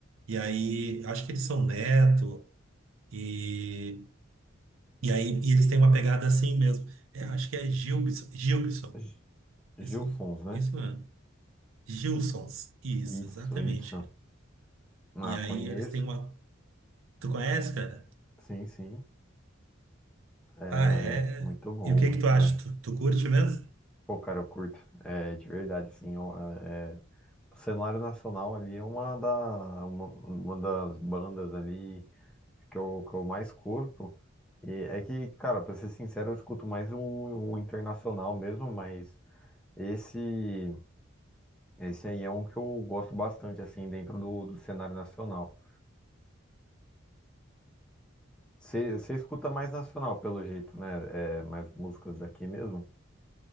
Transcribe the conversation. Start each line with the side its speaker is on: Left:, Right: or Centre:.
Right: E aí, acho que eles são neto, e, e aí e eles têm uma pegada assim mesmo. É, acho que é Gilbson, Gilbson,
Centre: G- Gilsons,
Right: isso,
Centre: né?
Right: isso mesmo. Gilsons, isso,
Centre: Isso,
Right: exatamente.
Centre: isso.
Right: cara.
Centre: Ah,
Right: E aí
Centre: conheço.
Right: eles têm uma. Tu conhece, cara?
Centre: Sim, sim. É,
Right: Ah, é.
Centre: Muito bom,
Right: E o que
Centre: muito
Right: que tu acha?
Centre: bom.
Right: Tu, tu curte mesmo?
Centre: Pô, cara, eu curto. É, de verdade, sim. ó, é, é, o cenário nacional ali é uma, da, uma, uma das bandas ali que eu, que eu mais curto. E é que, cara, pra ser sincero, eu escuto mais o, o internacional mesmo, mas esse, esse aí é um que eu gosto bastante, assim, dentro do, do cenário nacional. Você escuta mais nacional, pelo jeito, né? É, mais músicas daqui mesmo?